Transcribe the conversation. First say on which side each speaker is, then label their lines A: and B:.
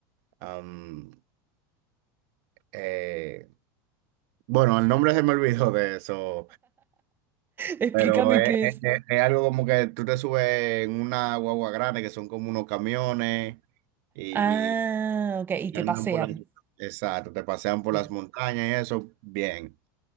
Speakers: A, on the right; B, on the right.
A: Am, eh, bueno, el nombre se me olvidó de eso,
B: Explícame
A: pero es,
B: qué
A: es-
B: es.
A: es- es algo como que tú te subes en una guagua grande que son como unos camiones. y
B: Ah, ok. Y
A: te
B: te
A: andan
B: pasean.
A: por las- exacto, te pasean por
B: Bien.
A: las montañas y eso, bien.